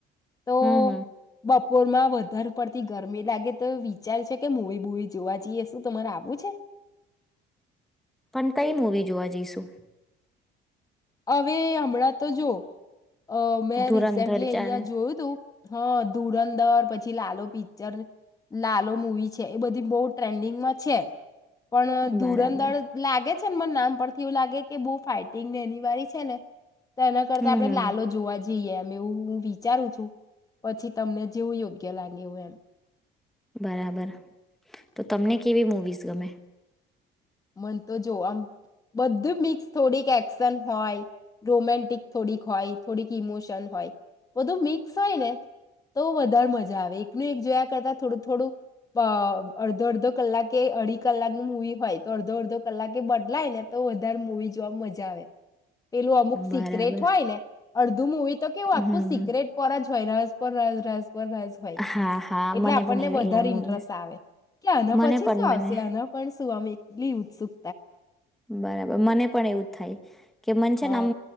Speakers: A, on the left (about 15°); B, in the centre.
A: તો
B: હમ હમ
A: બપ પોરમાં વધારે પડતી ગરમી લાગે તો વિચાર છે, કે મૂવી બુવી જોવા જઈએ શું તમારે આવવું છે?
B: પણ કઈ મુવી જોવા જઈશું?
A: અવે એ હમણાં તો જો અ મેં
B: ધુરંધર
A: રિસેન્ટલી અહિયાં
B: ચાર
A: જોયું તું હા, ધુરંધર પછી લાલો પિક્ચર લાલો મૂવી છે, એ બધી બહુ ટ્રેન્ડિંગમાં છે. પણ ધુરંધર
B: બરાબર
A: લાગે છે ને મન નામ પરથી એવું લાગે કે બહુ ફાઇટિંગને એની વારી છે ને તો એના કરતા
B: હમ
A: આપણે
B: હમ
A: લાલો જોવા જ જીએ એમ એવું હું વિચારું છું પછી તમને જેવું યોગ્ય લાગે એવું એમ.
B: બરાબર, તો તમને કેવી મુવીઝ ગમે?
A: મન તો જો આમ બધું મિક્સ થોડીક એક્શન હોય, રોમેન્ટિક થોડીક હોય, થોડીક ઈમોશન હોય બધું મિક્સ હોય ને તો વધારે મજા આવે એકનું એક જોયા કરતા થોડું થોડું અ અડધો અડધો કલાક કે અઢી કલાકની મૂવી હોય તો અડધો અડધો કલાકે બદલાય ને તો વધારે મૂવી જોવામ મજા આવે. પેલું અમુક
B: બરાબર
A: સિક્રેટ હોય ને અડધું મુવી તો કેવું
B: હમ
A: આખું સિક્રેટ પર જ હોય રહ પણ રાઝ રાઝ પર રાઝ હોય
B: હા હા મને
A: એટલે આપણને
B: પણ એ
A: વધારે
B: એવા મૂવીઝ
A: ઇન્ટરેસ્ટ આવે કે આના
B: મને
A: પછી
B: પણ
A: શું
B: મને
A: આવશે આના પણ શું ટલી ઉત્સુક
B: બરાબર, મને પણ એવું જ થાય. મન
A: હ
B: છેને આમ